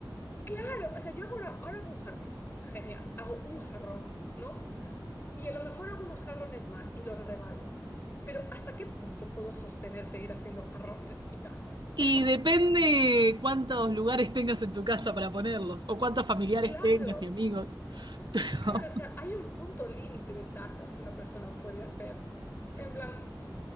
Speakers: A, on the left; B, on the right.
A: claro, o sea, yo hago ahora, ahora hago un jarrón, genial, hago un jarrón, ¿no? Y a lo mejor hago unos jarrones más y los regalo. Pero ¿hasta qué punto puedo sostener seguir haciendo jarrones y tazas?
B: Y depende cuántos lugares tengas en tu casa para ponerlos, o cuántos familiares
A: Claro,
B: tengas y amigos. <laughs>
A: claro, o sea, hay un punto límite de tazas que una persona puede hacer. En plan,